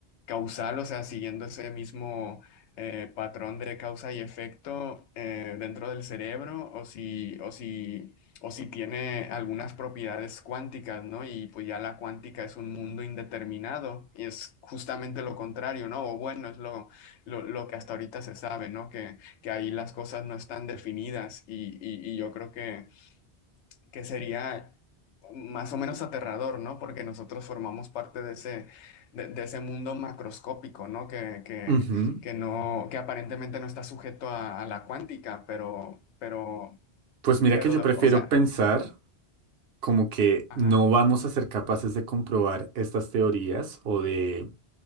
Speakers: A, on the left; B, on the right.
A: causal, o sea, siguiendo ese mismo eh, patrón de causa y efecto eh, dentro del cerebro o si, o si, o si tiene algunas propiedades cuánticas, ¿no? Y pues ya la cuántica es un mundo indeterminado y es justamente lo contrario, ¿no? O bueno, es lo, lo, lo que hasta ahorita se sabe, ¿no? Que, que ahí las cosas no están definidas y, y- y yo creo que que sería más o menos aterrador, ¿no? Porque nosotros formamos parte de ese, de, de ese mundo macroscópico, ¿no? Que, que,
B: Ujú.
A: que no, que aparentemente no está sujeto a, a la cuántica, pero, pero,
B: Pues mira
A: pero,
B: que yo prefiero
A: o sea,
B: pensar como que
A: ajá.
B: no vamos a ser capaces de comprobar estas teorías o de